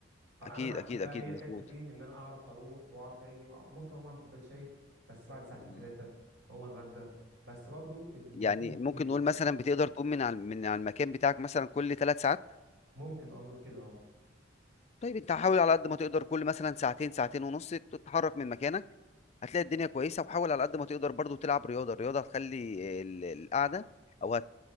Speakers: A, on the right; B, on the left.
A: اه
B: اكيد
A: انا ما عنديش
B: اكيد
A: بقى
B: اكيد
A: ايه
B: مظبوط
A: حته ايه ان انا اعرف اروح واعرف اجي وأعرف ممكن اقوم اعمل كوبايه شاي بس بعد ساعتين
B: مم.
A: ثلاثه اقوم اتغدى بس برضو الموضوع
B: يعني
A: مش
B: ممكن
A: كتير
B: نقول مثلا بتقدر تقوم من على من على المكان بتاعك مثلا كل ثلاث ساعات
A: ممكن اه نقول كده اه
B: طيب انت حاول على قد ما تقدر كل مثلا ساعتين ساعتين ونص تتحرك من مكانك هتلاقي الدنيا كويسه وحاول على قد ما تقدر برضو تلعب رياضه الرياضه هتخلي ال- القعده او هت-